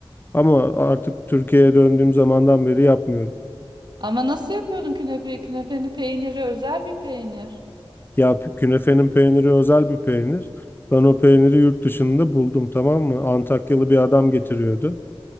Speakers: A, on the left (about 20°); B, on the right (about 50°).
A: ama artık Türkiye'ye döndüğüm zamandan beri yapmıyorum.
B: Ama nasıl yapıyordun künefe? Künefenin peyniri özel bir peynir.
A: Ya pü- künefenin peyniri özel bir peynir. Ben o peyniri yurt dışında buldum tamam mı? Antakyalı bir adam getiriyordu.